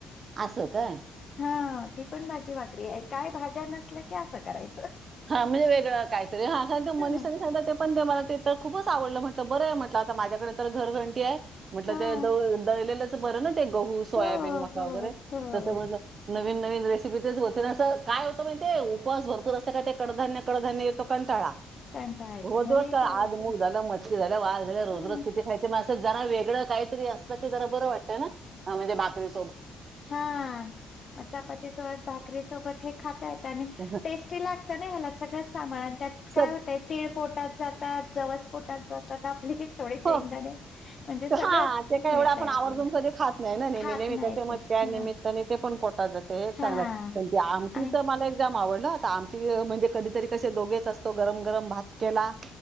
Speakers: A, on the right; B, on the left.
A: असं काय?
B: हा ती पण भाजी भाकरी हाय. काय भाज्या नसल्या की असं करायचं?
A: हां, म्हणजे वेगळं काहीतरी. हां, कारण ते
B: हा
A: मनीषाने सांगितलं ते पण ते मला ते तर खूपच आवडलं म्हटलं बरंय म्हटलं आता माझ्याकडे तर घरघंटी आहे म्हटलं
B: हा
A: ते दळले ल बर न ते गहू सोयाबीन
B: हो
A: म वगैरे
B: हो हो
A: तस म्ह नविन नवीन रेसिपी तेच हो काय होतं माहिते उपवास भरपूर असते काय ते कडधान्य कडधान्य येतो कंटाळा रोज
B: कंटाळा येतो मग
A: रज
B: हे
A: का
B: काय
A: आजमुग
B: असं
A: झालं मटली झाल्या वा झाल्या रोज
B: हा
A: रज किती खायचे म अस जरा वेगळ काहीतरी असल की जरा बर वाटतं म्हणजे‌ भाकरी
B: हा मग चपाती सोबत भाकरी सोबत हे खाता येत आणि
A: मग
B: टेस्टी लागत ह्यालात सगळं सामान आणि त्यात काय
A: सर
B: होतय तीळ पोटात जातात जवस पोटात जातात आपले थोडे शेंगदाणे
A: हो
B: म्हणजे सगळंच
A: हा ते का
B: मिळतय
A: एवढं आपण
B: आपल्याला
A: आवर्जून कधी खात नाही ना नेहमी
B: खात
A: नेहमी
B: नाही
A: त्याच्या मुळे
B: ते
A: त्या
B: हा
A: निमित्ताने ते पण पोटात जाते एक
B: हा
A: चांगलंय पण आमटीच
B: आणि
A: मला एक आवडलं आता आमची म्हणजे कधीतरी कसे दोघेच असतो गरम गरम भात केला